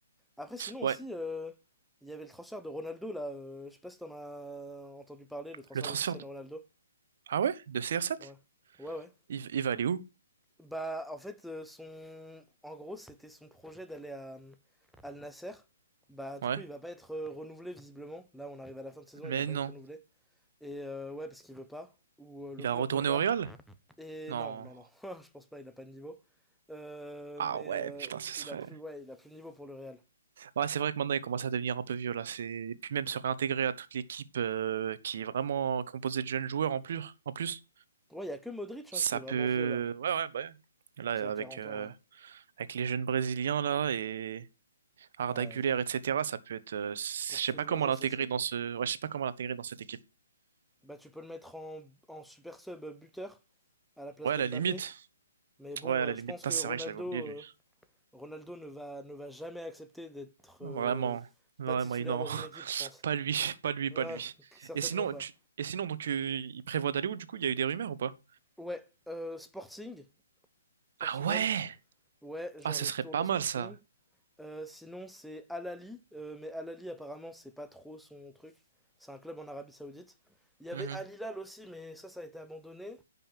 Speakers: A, in the centre; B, on the right.
A: Après, sinon
B: ouais.
A: aussi, euh, il y avait le transfert de Ronaldo là. euh, je sais pas si t'en as entendu parler, le transfert
B: Le transfert
A: de Cristiano
B: de...
A: Ronaldo.
B: Ah ouais? De CR7?
A: Ouais, ouais, ouais.
B: Il, il va aller où?
A: Bah, en fait, euh, son, en gros, c'était son projet d'aller à euh, Al Nasser. Bah, du
B: Ouais.
A: coup, il va pas être euh, renouvelé visiblement. Là, on arrive à la fin de saison,
B: Mais
A: il va pas
B: non.
A: être renouvelé. Et euh, ouais, parce qu'il veut pas, ou euh, le
B: Il va
A: club
B: retourner
A: veut pas.
B: au Real?
A: Et
B: Non.
A: non, non, non, <laughs> je pense pas, il a pas de niveau. Euh,
B: Ah
A: mais
B: ouais,
A: euh,
B: putain, ce serait...
A: il a plus, ouais, il a plus de niveau pour le Real.
B: Ouais, c'est vrai que maintenant, il commence à devenir un peu vieux, là. C'est... Et puis même se réintégrer à toute l'équipe euh, qui est vraiment composée de jeunes joueurs en plus. En plus,
A: Ouais, il y a que Modric
B: ça
A: hein, qui est vraiment
B: peut...
A: vieux là,
B: Ouais, ouais, bah ouais. Là,
A: qui a
B: avec,
A: quarante
B: euh,
A: ans. hein.
B: avec les jeunes Brésiliens, là, et... Arda
A: Ouais,
B: Güler, etc. Ça peut être, euh, je
A: pour suivre
B: sais pas comment
A: le jeu,
B: l'intégrer
A: c'est chaud.
B: dans ce, ouais, je sais pas comment l'intégrer dans cette équipe.
A: Bah, tu peux le mettre en, en super sub buteur à la place
B: Ouais,
A: d'Mbappé.
B: à la limite.
A: Mais bon,
B: Ouais, à
A: euh,
B: la limite.
A: je pense
B: Putain,
A: que
B: c'est
A: Ronaldo,
B: vrai que je l'avais oublié lui.
A: euh, Ronaldo ne va, ne va jamais accepter d'être
B: Vraiment,
A: euh,
B: vraiment,
A: pas titulaire
B: il- non,
A: dans
B: <laughs>
A: une équipe, je pense.
B: pas lui, pas lui,
A: Ouais,
B: pas lui.
A: certainement
B: Et sinon,
A: pas.
B: tu... et sinon, donc, euh, il prévoit d'aller où du coup? Il y a eu des rumeurs ou pas?
A: Ouais, euh, Sporting, Portugal.
B: Ah ouais!
A: Ouais, genre
B: Ah, ce
A: il
B: serait
A: retourne
B: pas
A: au
B: mal
A: Sporting.
B: ça.
A: Euh, sinon, c'est Al Ahly, euh, mais Al Ahly apparemment, c'est pas trop son truc. C'est un club en Arabie Saoudite. Il y avait
B: Mhm.
A: Al Hilal aussi, mais ça, ça a été abandonné.